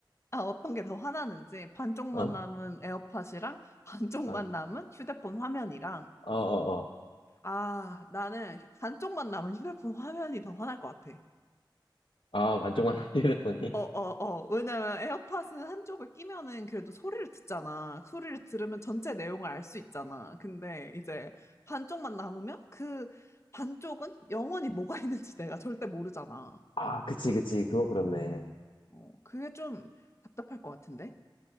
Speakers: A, on the left; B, on the left.
A: 아, 어떤 게 더 화나는지 반쪽만
B: 어?
A: 남은 에어팟이랑 반쪽만
B: 어,
A: 남은 휴대폰 화면이랑
B: 어, 어. 어.
A: 아, 나는 반쪽만 남은 휴대폰 화면이 더 화날 것 같아.
B: 아, 반쪽만 <laughs> 휴대폰이.
A: 어, 어, 어. 왜냐면 에어팟은 한쪽을 끼면은 그래도 소리를 듣잖아. 소리를 들으면 전체 내용을 알 수 있잖아. 근데 이제 반쪽만 남으면 그 반쪽은 영원히 뭐가 <laughs> 있는지 내가 절대 모르잖아.
B: 아, 그치, 그치. 그건 그렇네.
A: 어, 그게 좀 답답할 것 같은데?